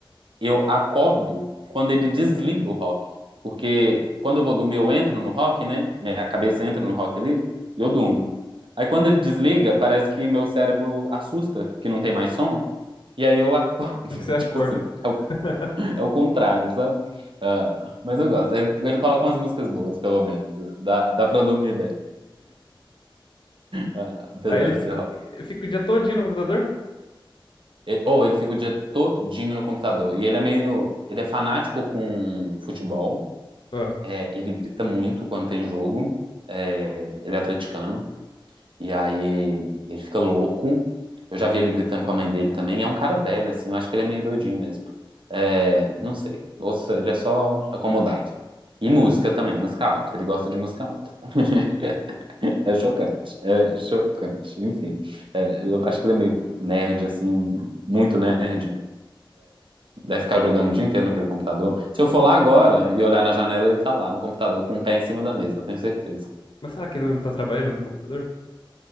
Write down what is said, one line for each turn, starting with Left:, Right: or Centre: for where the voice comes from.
Right: eu acordo quando ele desliga o rock. Porque quando eu vou dormir, eu entro no rock, né? Minha cabeça entra no rock ali e eu durmo. Aí quando ele desliga, parece que meu cérebro assusta, que não tem mais som. E aí eu acordo.
Left: Aí Você acorda.
Right: <laughs> Tipo assim, é o,
Left: <laughs>
Right: é o contrário, sabe? Ah, mas eu gosto. Ele, ele coloca umas músicas boas, pelo menos. Dá, dá pra eu dormir bem, ah, apesar
Left: Aí ele fica,
Right: de ser rock.
Left: fica o dia todinho no computador?
Right: E- Ou ele fica o dia todinho no computador. E ele é meio. Ele é fanático com futebol.
Left: Ah.
Right: É, ele grita muito quando tem jogo. É, ele é atleticano. E aí ele fica louco. Eu já vi ele gritando com a mãe dele também. É um cara velho, assim. Eu acho que ele é meio doidinho mesmo. É, não sei. Ou se ele é só acomodado. E música também, música alta. Ele gosta de música alta. <laughs> É chocante. É chocante. Enfim. É, eu acho que ele é meio nerd, assim. Muito nerd. Deve ficar jogando o dia inteiro naquele computador. Se eu for lá agora e olhar na janela, ele tá lá no computador com o pé em cima da mesa, eu tenho certeza.
Left: Mas será que ele não tá trabalhando no computador?